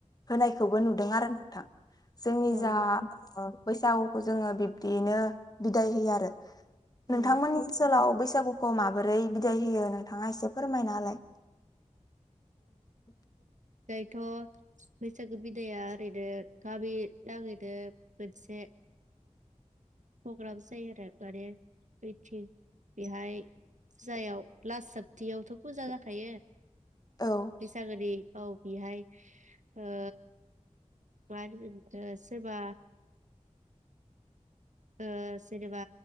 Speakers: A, on the left; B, on the right.
A: होनायखौबो नुदों आरो नोंथां जोंनि
B: औ
A: जा
B: नोंथां
A: बै दाव जोङो बिब्दियैनो बिदाय होयो आरो नोंथांमोननि
B: औ
A: ओनसोलाव बै बैसागुखौ माबोरै बिदाय होयो नोंथाङा एसे फोरमायनाहोलाय
B: थ' बैसागो बिदाया ओरैनो गामि नाङैनो मोनसे प्रग्रामस जायो आरो माने बैथि बेहाय फुजायाव लास सापतायावथ' फुजा जाखायो
A: औ
B: बैसागोनि औ बेहाय ओ मा होनगोन बेखौ सोरबा ओ जेनेबा